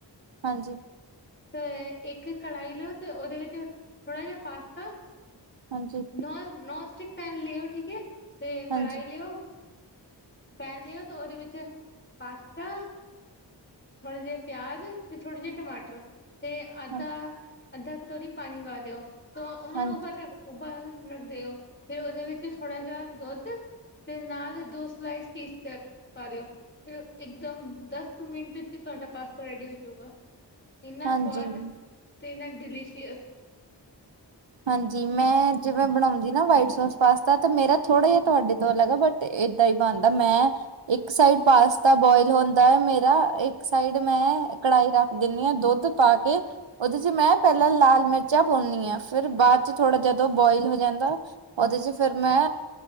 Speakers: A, on the right; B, on the left.
A: ਹਾਂਜੀ
B: ਤੇ ਇ ਇਕ ਕੜਾਈ ਲੋ ਤੇ ਓਦੇ ਵਿੱਚ ਥੋੜ੍ਹਾ ਜਿਆ ਪਾਸਤਾ।
A: ਹਾਂਜੀ
B: ਨੋਨਸਟਿਕ ਪੈਨ ਲਿਓ ਠੀਕ ਏ, ਤੇ
A: ਹਾਂਜੀ,
B: ਕੜਾਈ ਲਿਓ। ਪੈਨ ਲਿਓ ਤੇ ਓਹਦੇ ਵਿੱਚ ਪਾਸਤਾ ਥੋੜ੍ਹੇ ਜਿਹੇ ਪਿਆਜ ਤੇ ਥੋੜ੍ਹੇ ਜਿਹੇ ਟਮਾਟਰ ਤੇ ਅੱਧਾ-
A: ਹਾਂ
B: ਅੱਧਾ ਕਟੋਰੀ ਪਾਣੀ ਪਾ ਦਿਓ ਤੇ ਉਨਾ
A: ਹਾਂਜੀ,
B: ਨੂੰ ਉਬਲਣ- ਉਬਲਣ ਰੱਖ ਦਿਓ ਫਿਰ ਓਦੇ ਵਿੱਚ ਥੋੜਾ ਜਿਹਾ ਦੁੱਧ- ਤੇ ਨਾਲ ਦੋ ਸਲਾਈਸ ਚੀਸ ਕਰ ਪਾ ਦਿਓ। ਫਿਰ ਇੱਕਦਮ ਦਸ ਮਿੰਟ ਤੁਹਾਡਾ ਪਾਸਤਾ ਰੈਡੀ ਹੋ ਜਊਗਾ। ਏਨਾ
A: ਹਾਂਜੀ।
B: ਸਵਾਦ ਤੇ ਏਨਾ ਡਿਲੀਸ਼ੀਅਸ।
A: ਹਾਂਜੀ ਮੈਂ ਜਿਵੇਂ ਬਣਾਉਂਦੀ ਨਾ ਵਾਈਟ ਸੋਸ ਪਾਸਤਾ ਤੇ ਮੇਰਾ ਥੋੜ੍ਹਾ ਜਿਹਾ ਤੁਹਾਡੇ ਤੋਂ ਅਲੱਗ ਆ ਬਟ ਤੇ ਏਦਾਂ ਈ ਬਣਦਾ ਮੈਂ। ਇੱਕ ਸਾਈਡ ਪਾਸਤਾ ਬੁਆਇਲ ਹੁੰਦਾ ਹੈ ਮੇਰਾ। ਇੱਕ ਸਾਈਡ ਮੈਂ ਕੜਾਈ ਰੱਖ ਦਿੰਦੀ ਹਾਂ ਦੁੱਧ- ਪਾ ਕੇ, ਉਹਦੇ ਚ ਮੈਂ ਪਹਿਲਾਂ ਲਾਲ ਮਿਰਚਾਂ ਪਾਉਂਨੀਂ ਹਾਂ। ਫਿਰ ਬਾਅਦ ਚ ਥੋੜਾ ਜਦ ਉਹ ਬੋਆਇਲ ਹੋ ਜਾਂਦਾ, ਉਹਦੇ ਚ ਫਿਰ ਮੈਂ